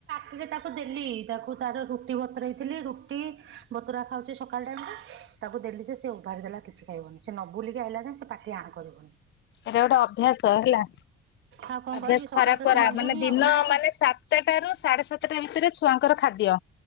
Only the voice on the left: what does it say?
ଏଟା ଗୋଟେ ଅଭ୍ୟାସ ହେଲା।
ଅଭ୍ୟାସ
ଖରାପ
କରା
ମାନେ ଦିନ
ମାନେ ସାତଟା ରୁ ସାଢେ ସାତଟା ଭିତରେ ଛୁଆଙ୍କର ଖାଦ୍ୟ